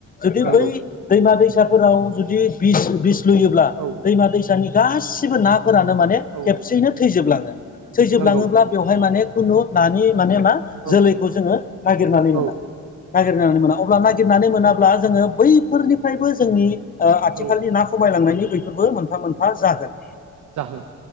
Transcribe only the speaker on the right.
नंगौ
औ
औ
नंगौ
औ
औ
औ
औ
बा जाहोन